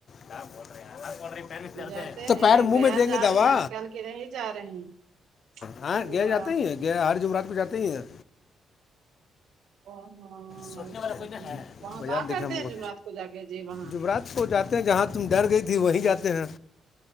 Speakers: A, on the left; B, on the right.
A: کیا بول رے ہم کو پیر میں درد
B: جاتے
A: ہے تو
B: ہیں
A: پیر منہ
B: گیا
A: میں دینئیگےدوا
B: جا رہے ہیں آج کل کے نہیں جا رہے ہیں
A: ہاں
B: تو
A: گیا
B: با
A: جاتے ہی ہیں گیا ہر جمعرات کو جاتے ہی ہیں
B: ا ہاں <unintelligible>
A: سونچنے
B: اچھا
A: والا کوئی نہیں
B: جی
A: ہے
B: وہاں
A: بازار
B: با کرتے
A: دیکھے ہم
B: ہیں
A: کو
B: جمعرات جا کے جی وہاں
A: جمرات وہ جاتے ہیں جہاں تم ڈر گئی تھی وہی جاتے ہیں